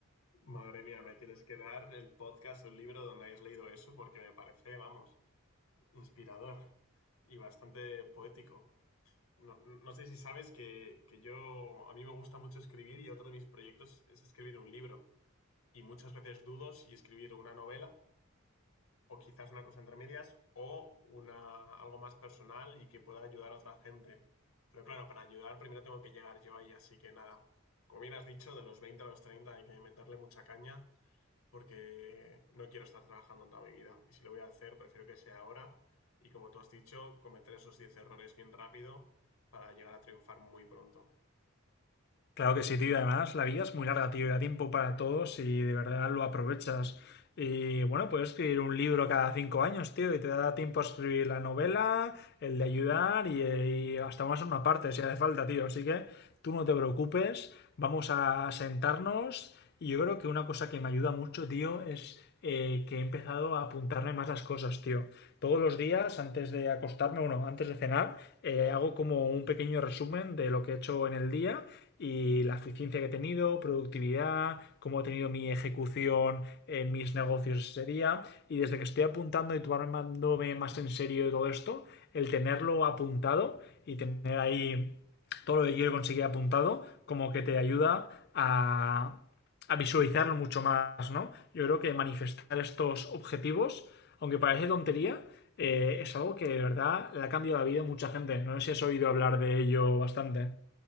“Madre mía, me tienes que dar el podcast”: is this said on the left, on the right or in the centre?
Left